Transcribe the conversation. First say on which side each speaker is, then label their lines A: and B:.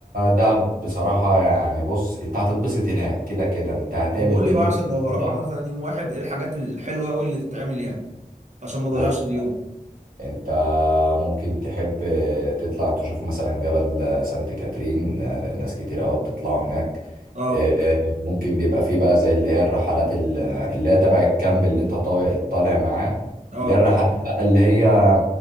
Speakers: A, on the right; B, on the right.
A: دهب بصراحة يعني بص انت هتتبسط هناك كده كده انت هتعمل
B: وبقول
A: كمية
B: لي بقى عشان لو هروحها
A: أنشطة
B: مثلا يوم واحد ايه الحاجات الحلوه قوي اللي تتعمل يعني عشان ما اضيعش
A: بص
B: اليوم
A: يعني انت ممكن تحب تطلع تشوف مثلا جبل سانت كاترين ناس كتير قوي بتطلعوا هناك
B: اه
A: اه، ممكن بيبقى فيه بقى زي اللي هي الرحلات ال- اللي هي تبع الكامب اللي انت طالع طالع معاه
B: اه
A: اللي هي الرحلات بقى اللي هي